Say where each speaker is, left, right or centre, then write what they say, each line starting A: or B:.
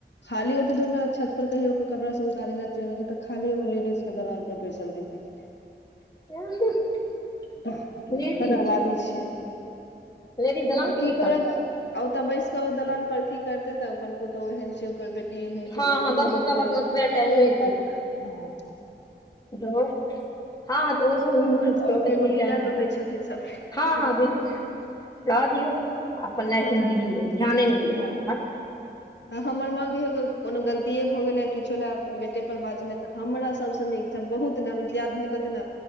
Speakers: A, on the left (about 70°); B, on the left (about 20°).
A: खाली ओते दूर मे छत पर कहियो के कपड़ा सब उतारे ले चलि, तऽ खाली हम लेडीज के दलान पर बैसल देखै लियै।
B: <unintelligible>
A: <unintelligible>
B: लेडीज
A: पटाबादी छै।
B: लेडीज दलान
A: आ
B: पर
A: की
B: बैसल
A: करत आ ओतऽ बैस क ओ दलान पर कि करतै तऽ ओकर पुतौह ओहेन छै ओकर बे टी एहन छै,
B: हँ
A: ओ
B: हँ
A: एहन
B: बस
A: दुख
B: ओकरा पास
A: दै
B: ओतबे
A: छै।
B: टाइमे
A: ओ ओतऽ से, <unintelligible>
B: धोर, हँ तो ओ सब उनकर
A: आओर
B: <unintelligible> एटबी
A: एगो लीडर
B: टाइम है।
A: रहै छथिन सब
B: हँ-
A: समय
B: हँ बिल्कुल रहऽ दियौ अपन लाइफ
A: समय
B: मे बीजी रही, ध्याने नै दियौ
A: हँ
B: ककरो भक्क।
A: <inaudible> आ हमर माँ कहियो के कोनो गलतिये भ गेले आ किछो ले बेटे पर बाजले त हमरा सबसे नीक सब बहुत ना हमर दियादनी कहते ने